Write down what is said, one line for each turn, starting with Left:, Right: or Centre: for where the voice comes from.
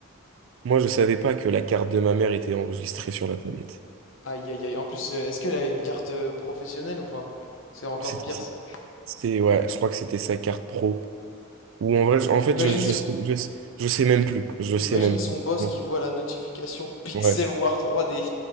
Right: Moi, je savais pas que la carte de ma mère était enregistrée sur la tablette.
Left: Aïe, aïe, aïe. En plus, euh, est-ce qu'elle avait une carte euh, professionnelle ou pas? C'est encore
Right: C'était-
Left: pire ça.
Right: C'est, ouais, je crois que c'était sa carte pro. Ou en vrai,
Left: Et
Right: je- en fait,
Left: imagine
Right: je, je,
Left: son,
Right: sais- je, sais je sais même plus. Je sais
Left: imagine
Right: même
Left: son
Right: plus.
Left: boss
Right: Bon,
Left: qui voit la notification Pixel
Right: ouais.
Left: War 3D.